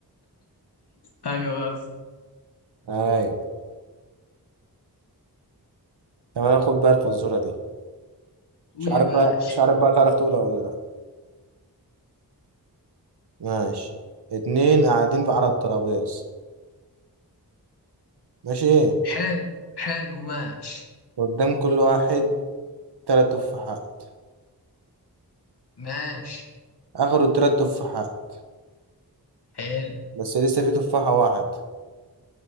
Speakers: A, on the left; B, on the right.
A: ايوه بس
B: ايوه تمام خد بقى الفزورة دي
A: قول
B: مش عارف
A: يا باشا
B: بقى مش عارف بقى تعرف تقولها ولا لا ماشي اتنين قاعدين على الترابيز ماشي ايه
A: حلو حلو ماشي
B: قدام كل واحد تلات تفاحات
A: ماشي
B: اخدوا التلات تفاحات
A: حلو
B: بس لسه في تفاحة واحد